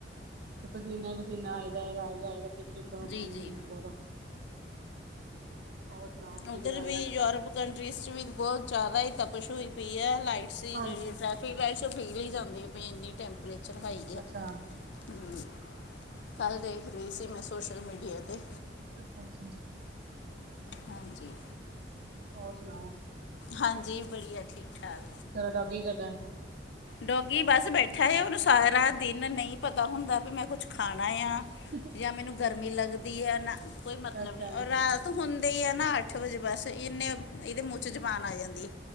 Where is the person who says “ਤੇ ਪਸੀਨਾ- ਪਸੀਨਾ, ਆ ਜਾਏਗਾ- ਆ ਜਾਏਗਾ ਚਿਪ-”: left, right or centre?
Right